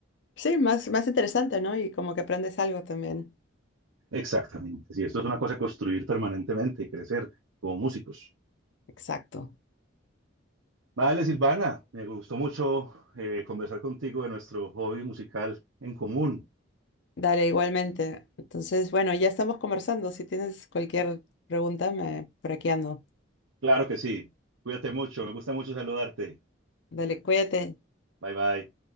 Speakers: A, on the left; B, on the right.
A: Sí, más, más interesante, ¿no? Y como que aprendes algo también.
B: Exactamente, sí, esto es una cosa de construir permanentemente y crecer como músicos.
A: Exacto.
B: Vale, Silvana, me gustó mucho eh, conversar contigo de nuestro hobby musical en común.
A: Dale, igualmente. Entonces, bueno, ya estamos conversando. Si tienes cualquier pregunta, me, por aquí ando.
B: Claro que sí. Cuídate mucho. Me gusta mucho saludarte.
A: Dale, cuídate.
B: Bye bye.